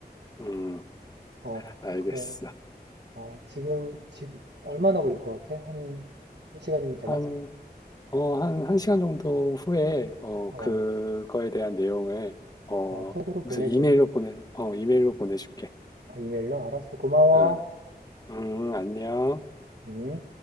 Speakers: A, on the left (about 20°); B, on the right (about 80°).
A: 음.
B: 어,
A: 알겠어.
B: 그래. 어, 지금, 지금 얼마나 걸릴 것 같아? 한, 한 시간이면 되나?
A: 한 어, 한, 한 시간 정도 후에, 어,
B: 어,
A: 그거에 대한 내용을, 어,
B: 어, 톡으로
A: 무슨
B: 보내줘.
A: 이메일로 보내, 어, 이메일로 보내줄게.
B: 아, 이메일로? 알았어. 고마워.
A: 응, 음, 안녕.
B: 음.